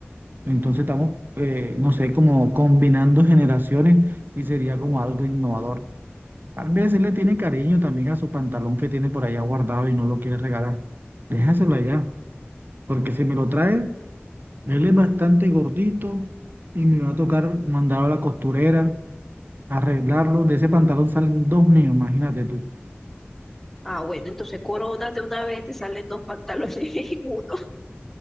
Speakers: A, on the right; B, in the centre.
A: Entonces estamos, eh, no sé, como combinando generaciones y sería como algo innovador. Tal vez él le tiene cariño también a su pantalón que tiene por allá guardado y no lo quiere regalar. Déjaselo allá, porque si me lo trae, él es bastante gordito y me va a tocar mandarlo a la costurera, arreglarlo. De ese pantalón salen dos niños, imagínate tú.
B: Ah, bueno, entonces coronas de una vez te salen dos pantalones <laughs> en uno.